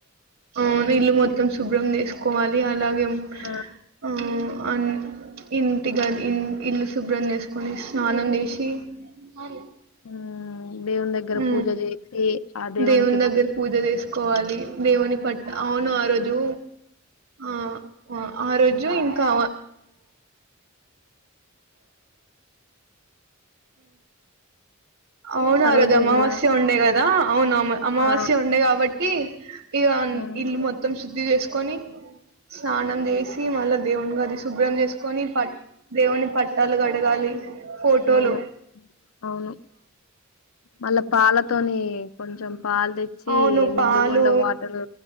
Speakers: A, on the right; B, on the left.
A: ఆ నీళ్లు మొత్తం శుభ్రం చేేసుకోవాలి అలాగే
B: ఆ
A: ఆ అన్ ఇంటిగది ఇల్లు శుభ్రం చేసుకుని ఆనందేశి అ
B: ఆ దేవుని దగ్గర
A: ఉ
B: పూజ చేసి దేవునికి
A: దేవుని దగ్గర పూజ చేసుకోవాలి దేవుని పట్ అవును ఆ రోజు ఆ ఆ రోజు ఇంకా అవునా
B: ఆ రోజు
A: రోది అమావాస్య ఉండే కదా అవును అమావస్య
B: ఆ
A: ఉండే కాబట్టి ఇగ
B: ఆ
A: ఇల్ మొత్తం శుద్ధి చేసుకొని స్నానం చేసి మళ్ళా దేవుని గది శుభ్రం చేసుకొని ప దేవుని పట్టాలు కడగాలి ఫోటోలు
B: అవును అవును మళ్ళా పాలతోని కొంచెం పాలు తెచ్చి
A: అవును పాలు
B: నిండుగుండ వాటరు